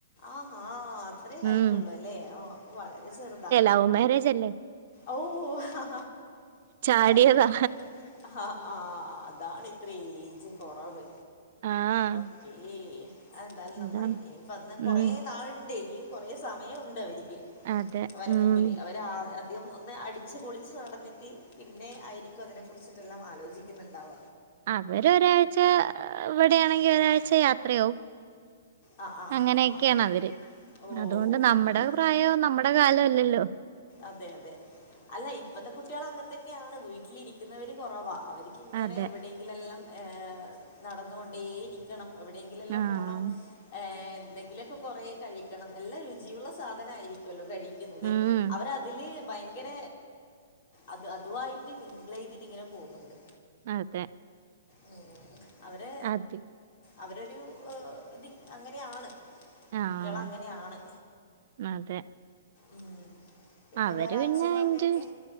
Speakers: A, on the left; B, on the right.
A: ആഹാ അത്രേ ആയിട്ടുള്ളൂ
B: ഉം
A: അല്ലേ ആഹ് അപ്പൊ വളരെ ചെറുതാ
B: ലൗ മേരേജല്ലെ
A: ഔ ഹ്
B: ചാടിയതാ
A: ആയിക്കോട്ടെ അഹ് ആഹ് അതാണ് ഇത്രം ഏജ് കൊറവ്
B: ആഹ്
A: ഓക്കേ അത് എന്താലും
B: അതാണ്
A: നന്നായി ഇനിപ്പ അന്ന് കൊറേ
B: ഉം
A: നാളുണ്ട് ഇനിയും കൊറേ സമയണ്ട് അവര്ക്ക്
B: അതെ
A: അവരെ
B: ഉം
A: മുമ്പില് അവരെ ആഹ് ആദ്യം ഒന്ന് അടിച്ച് പൊളിച്ച് നടന്നിട്ട് പിന്നെ ആയിരിക്കും അതിനെക്കുറിച്ചിട്ടെല്ലാം ആലോചിക്കുന്നുണ്ടാവ
B: അവര് ഒരാഴ്ച ഇവിടെയാണെങ്കിൽ ഒരാഴ്ച യാത്രയാവും
A: ആ ആ
B: അങ്ങനൊക്ക്യാണവര്
A: ആ ആ ഓ
B: അതോണ്ട് നമ്മടെ
A: ഓക്കെ
B: പ്രായവും നമ്മുടെ കാലോം അല്ലല്ലോ
A: അതെ അതെ അല്ല ഇപ്പത്തെ കുട്ട്യാള് അങ്ങെൻത്തെന്ന്യാണ് വീട്ടിലിരിക്കുന്നവര് കൊറവാ അവര് ക്ക് ങ്ങനെ
B: അതെ.
A: എവിടെയെങ്കിലെല്ലം ഏ നടന്നു കൊണ്ടേ ഇരി ക്കണം എവിടെയെങ്കിലെല്ലം
B: ആഹ്.
A: പോണം ഏ എന്തെങ്കിലൊക്കെ കൊറേ കഴിക്കണം എല്ലം രുചിയുള്ള സാധനായിരിക്കല്ലോ കഴിക്കുന്നത്
B: ഉം.
A: അവരതില് ഭയങ്കര അത് അതുവായിട്ട് മിംങ്ളെയ്തിട്ട് ഇങ്ങനെ പോന്ന്ണ്ട്
B: അതെ
A: ഉം അവര്
B: അത്
A: അവരൊരു ഇത് അങ്ങനെയാണ്
B: ആഹ്.
A: കുട്ട്യാള് അങ്ങനെയാണ്
B: അതെ.
A: ഉം പിന്നെ
B: അവര്
A: വേറെ
B: പിന്നെ
A: അച്ഛനും അമ്മയൊക്കെ
B: എൻജോയ്